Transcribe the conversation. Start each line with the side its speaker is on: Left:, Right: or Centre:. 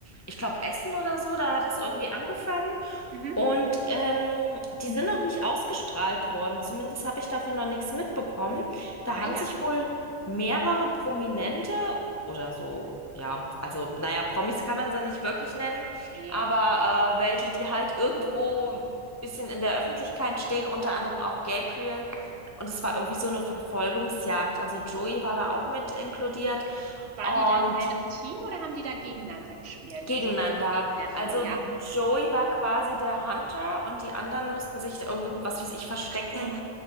Left: Ich glaube, Essen oder so, da hat es irgendwie angefangen.
Right: Mhm.
Left: Und ähm, die sind noch nicht ausgestrahlt worden. Zumindest habe ich davon noch nichts mitbekommen. Da
Right: Ah
Left: haben
Right: ja,
Left: sich wohl mehrere Prominente oder so, ja, also naja, Promis kann man sie nicht wirklich nennen,
Right: nee.
Left: aber äh, welche, die halt irgendwo ein bisschen in der Öffentlichkeit stehen, unter anderem auch Gabriel. Und es war irgendwie so eine Verfolgungsjagd. Also Joey war da auch mit inkludiert.
Right: Waren
Left: Und
Right: die da in einem Team oder haben die da gegeneinander gespielt?
Left: Gegeneinander.
Right: Also Onkel gegen Neffe,
Left: Also
Right: ja?
Left: Joey war quasi der Hunter und die anderen mussten sich irgendwie, was weiß ich, verstecken
Right: Ach so,